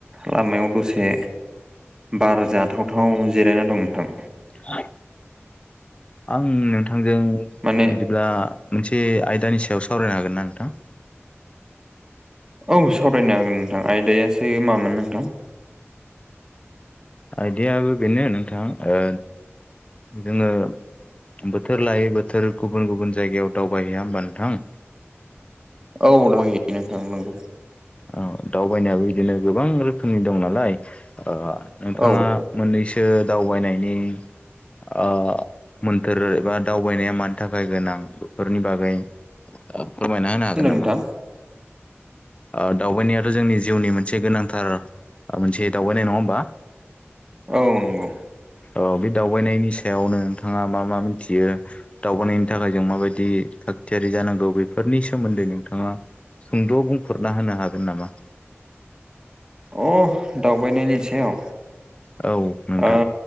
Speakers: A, on the right (about 15°); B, on the left (about 25°).
A: लामायाव दसे बार जाथावथाव जिरायना दं नोंथां
B: अ आं नोंथांजों
A: माने
B: बिदिब्ला मोनसे आयदानि सायाव सावरायनो हागोन ना नोंथां
A: औ सावरायनो हागोन नोंथां आयदायासो मामोन नोंथां
B: आयदायाबो बेनो नोंथां ओ जोङो बोथोर लायै बोथोर गुबुन गुबुन जायगायाव दावबायहैया होमबा नोंथां
A: औ दंहैयो नोंथां नंगौ
B: औ दावबायनायाबो बिदिनो गोबां रोखोमनि दं नालाय ओ नोंथाङा
A: औ
B: मोननैसो दावबायनायनि ओ मोन्थोर एबा दावबायनाया मानि थाखाय गोनां बेफोरनि बागै फोरमायना होनो हागोन
A: होनदों नोंथां
B: नामा ओ दावबायनायाथ' जोंनि जिउनि मोनसे गोनांथार मोनसे दावबायनाय नङा होमबा
A: औ नंगौ
B: औ बे दावबायनायनि सायावनो नोंथाङा मा मा मिथियो दावगानायनि थाखाय जों माबायदि थाग थियारि जानांगौ बेफोरनि सोमोन्दै नोंथाङा सुंद' बुंफोरना होनो हागोन नामा
A: अ दावबायनायनि सायाव
B: औ नोंथां
A: ओ